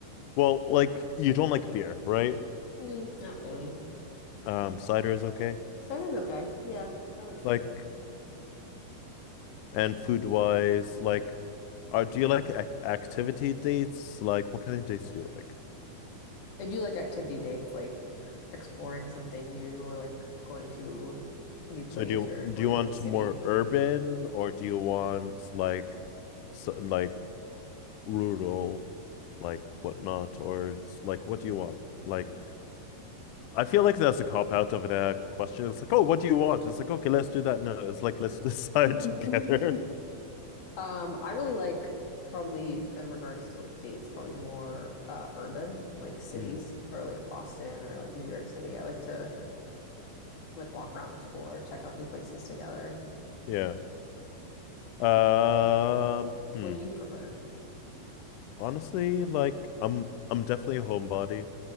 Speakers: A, on the left (about 80°); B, on the left (about 65°).
A: Well, like you don't like beer, right?
B: Mm, not really.
A: Um, cider is okay.
B: Cider's okay. Yeah, I like cider.
A: Like, and food wise, like, are do you like ac activity dates? Like, what kind of dates do you like?
B: I do like activity dates, like exploring something new or like going to a new place
A: So do
B: or
A: you
B: going
A: do you want
B: to a city.
A: more urban or do you want like, so, like rural, like whatnot, or s- like what do you want? Like, I feel like that's a cop out of a question. It's like, oh, what do you want? It's like, okay, let's do that. No, it's like let's decide
B: <laughs>
A: <laughs> together.
B: Um, I really like probably in regards to like dates, probably more uh urban, like cities
A: Hmm.
B: or like Boston or like New York City. I like to like walk around, explore, check out new places together.
A: Yeah. Um. hmm.
B: What do you prefer?
A: Honestly, like I'm I'm definitely a homebody.